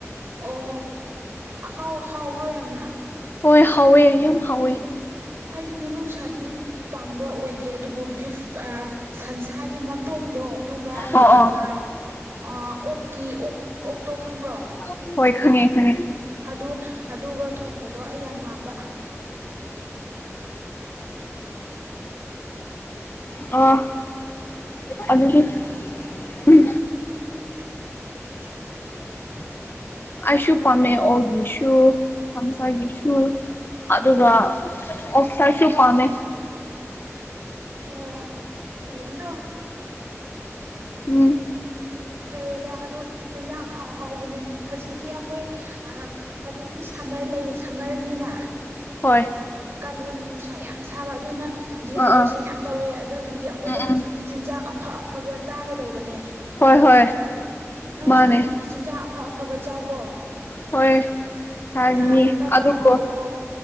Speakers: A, on the right; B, on the left.
A: ꯑꯣ ꯑꯍꯥꯎ ꯍꯥꯎꯕ꯭ꯔꯣ ꯌꯥꯝꯅ
B: ꯍꯣꯏ ꯍꯥꯎꯋꯦ ꯌꯥꯝ ꯍꯥꯎꯋꯦ
A: ꯑꯩꯗꯤ ꯃꯅꯨꯡꯁꯥꯗꯤ ꯄꯥꯝꯕ ꯑꯣꯏꯗꯦ ꯑꯗꯨꯕꯨ ꯕꯤꯞ ꯑꯥ ꯁꯟꯁꯥꯒꯤ ꯃꯠ ꯇꯣꯡꯗꯣ ꯑꯗꯨꯒ
B: ꯑꯣ ꯑꯣ
A: ꯑ ꯑ ꯑꯣꯛꯀꯤ ꯑꯣꯛ ꯑꯣꯛꯇꯣ ꯈꯪꯕ꯭ꯔꯣ
B: <unintelligible> ꯍꯣꯏ ꯈꯪꯉꯦ ꯈꯪꯉꯦ
A: ꯑꯗꯨ ꯑꯗꯨꯒ ꯊꯣꯡꯕꯗꯣ ꯑꯩ ꯌꯥꯝ ꯄꯥꯝꯕ
B: ꯑꯣ ꯑ ꯑꯗꯨꯗꯤ ꯎꯝ
A: <unintelligible>
B: ꯑꯩꯁꯨ ꯄꯥꯝꯃꯦ ꯑꯣꯛꯒꯤꯁꯨ ꯐꯝꯁꯥꯒꯤꯁꯨ ꯑꯗꯨꯒ ꯑꯣꯛꯁꯥꯁꯨ ꯄꯥꯝꯃꯦ
A: ꯑꯣ ꯏ ꯑꯗꯣ
B: ꯎꯝ
A: ꯐꯩꯌꯦꯗ ꯑꯗꯨ ꯍꯦꯟꯖꯥꯡ ꯑꯍꯥꯎ ꯑꯍꯥꯎꯕꯅꯦ ꯍꯧꯖꯤꯛꯇꯤ ꯑꯩꯈꯣꯏ ꯑꯥ ꯍꯥꯏꯗꯤ ꯇꯤ ꯁꯝꯃꯔ ꯂꯩꯔꯦ ꯁꯝꯃꯔꯅꯤꯅ
B: ꯍꯣꯏ
A: ꯀꯥꯂꯦꯟ ꯅꯨꯡꯁꯥ ꯌꯥꯝ ꯁꯥꯕ ꯑꯗꯨꯅ ꯗꯤꯍꯥꯏꯗ꯭ꯔꯦꯁꯟ
B: ꯑꯥ ꯑꯥ
A: ꯌꯥꯝ ꯇꯧꯋꯦ ꯑꯗꯨꯗꯨꯒꯤ ꯑꯩꯈꯣꯏꯗꯣ
B: ꯎꯝ
A: ꯍꯧꯖꯤꯛꯇꯤ
B: ꯎꯝ
A: ꯆꯤꯟꯖꯥꯛ ꯑꯐ ꯑꯐꯕ ꯆꯥꯒꯗꯧꯕꯅꯦ
B: ꯍꯣꯏ ꯍꯣꯏ
A: ꯅꯪꯁꯨ
B: ꯃꯥꯅꯦ
A: ꯍꯧꯖꯤꯛꯇꯤ ꯆꯤꯟꯖꯥꯛ ꯑꯐ ꯑꯐꯕ ꯆꯥꯎꯀꯣ
B: ꯍꯣꯏ ꯆꯥꯒꯅꯤ
A: ꯅꯥꯗꯅꯕ
B: ꯑꯗꯨꯕꯨ
A: ꯇꯧꯀꯣ